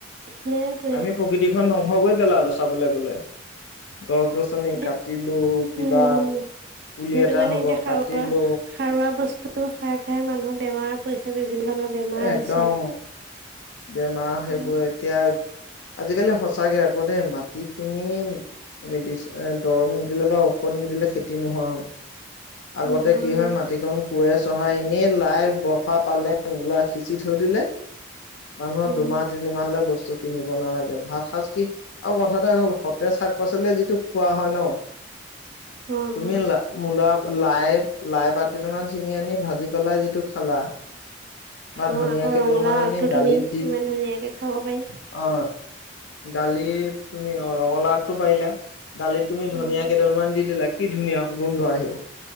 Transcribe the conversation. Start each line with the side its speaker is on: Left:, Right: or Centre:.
Right: সেইটোৱে।
Left: আমি প্ৰকৃতিখন ধ্বংস কৰি পেলালো চাবলৈ গলে গছ গছনি
Right: এ-
Left: কাটিলো কিবা
Right: উম
Left: পুলি
Right: সেইটো
Left: এটা
Right: কাৰণে
Left: হব
Right: এতিয়া সাৰুৱা
Left: কাটিলো
Right: সাৰুৱা বস্তু খাই খাই মানুহৰ বেমাৰ পৰিছে বিভিন্ন ধৰণৰ বেমাৰ
Left: এ একদম
Right: হৈছে
Left: বেমাৰ সেইবোৰ
Right: উম।
Left: এতিয়া আজিকালি সঁচাকে আকৌ দেই মাটি তুমি তুমি মেদিচ দৰৱ নিদিলে বা ঔষধ নিদিলে খেতি নোহোৱা হ'ল আগতে
Right: নহয়
Left: কি হয় মাটিখন কোঁৱে চহাই এনেই লাই, বৰফা, পালেং মূলা সিঁচি থৈ দিলে মানুহৰ
Right: উম
Left: দুমাহ তিনিমাহ গৈছে চব কিনিব নালাগে ভাত সাজকি আৰু কথা এটা হ'ল সতেজ শাক পাচলি যিটো খোৱা হয় ন <unintelligible>
Right: অ
Left: তুমি
Right: অ।
Left: লা মূলা, লাই, লাই পাত কেইটামান ছিঙি আনি ভাজি পেলাই যিটো খালা বা
Right: অ
Left: ধুনিয়া
Right: আকৌ
Left: কেইডাল
Right: ৰঙালাও
Left: মান আনি
Right: আগটো
Left: দালিত
Right: তুমি
Left: দি
Right: ইমান ধুনীয়াকে খাব পাৰি
Left: অহ অহ দালিত তুমি অহ ৰঙালাওটো পাৰিলা দালিত তুমি ধুনিয়া
Right: উম
Left: কেইডালমান দি দিলা কি ধুনীয়া গোন্ধ আহিব